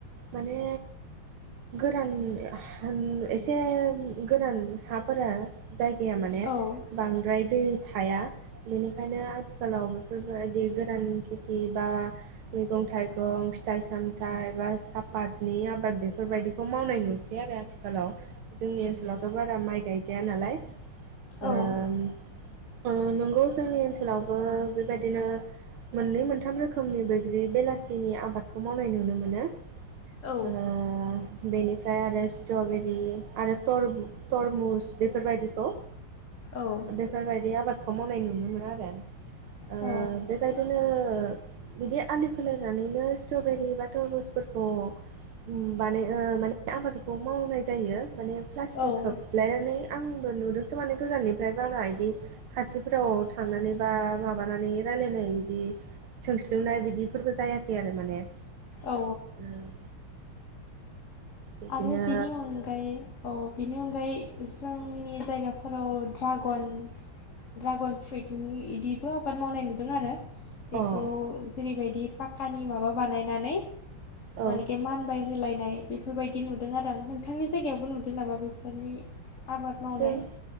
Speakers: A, on the right; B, on the left.
A: माने गोरान होन एसे गोरान हाफोरा जायगाया माने
B: औ
A: बांद्राय दै थाया। बेनिखायनो आथिखालाव बेफोरबायदि गोरान खेथि बा मैगं थाइगं, फिथाइ सामथाइ बा सापात नि आबाद बेफोरबायदिखौ मावनाय नुसै आरो आथिखालाव। जोंनि ओनसोलावथ' बारा माइ गाय या नालाय।
B: औ
A: ओम ओ नंगौ जोंनि ओनसोलावबो बेबायदिनो मोननै मोनथाम रोखोमनि बैग्रि बेलाथिनि आबादखौ मावनाय नुनो मोनो।
B: औ
A: ओ बेनिफ्राय आरो स्ट्रबेरि आरो तरबु- तरमुस बेफोरबायदि खौ
B: औ
A: बेफोरबायदि आबादखौ मावनाय नुनो मोनो आरो। ओ
B: औ
A: बेबायदिनो बिदि आलि खोलायनानैनो स्ट्रबेरि बा टरमुसफोरखौ उम बानाय ओ माने आबादखौ मावनाय जायो। माने प्लास्टिक
B: औ
A: खोबलायनानै आंबो नुदोंसो माने गोजाननिफ्राय बारा इदि खाथिफोराव थांनानै बा माबानानै रायलायनाय बिदि सोंस्लिउनाय बिदिफोरबो जायाखै आरो माने। उम
B: औ
A: बिदिनो
B: आरो बेनि अनगायै औ बेनि अनगायै जोंनि जायगाफोराव ड्राग'न ड्राग'न फ्रुइटनि इदिबो आबाद मावनाय नुदों आरो। बेखौ
A: औ
B: जेरैबायदि पाक्कानि माबा बानायनानै
A: औ
B: मानेखि मान बाय होलायनाय बेफोरबायदि नुदों आरो आं। नोंथांनि जायगायावबो नुदों नामा बेफोरनि? आबाद मावनाय
A: ओं।